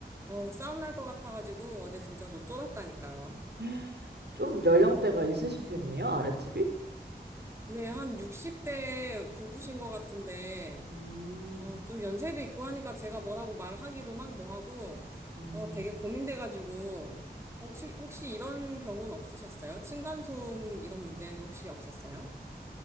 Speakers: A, on the right (about 15°); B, on the right (about 90°).
A: 어, 싸움 날 것 같아가지고 어제 진짜 저 쫄았다니까요.
B: <laughs> 좀 연령대가 있으신 편이에요? 아랫집이?
A: 네, 한 60대 부부신 것 같은데,
B: 음.
A: 어, 좀 연세도 있고 하니까 제가 뭐라고 말하기도 막 뭐하고,
B: 음.
A: 어, 되게 고민돼가지고, 어, 혹시, 혹시 이런 경우는 없으셨어요? 층간소음 이런 문제는 혹시 없었어요?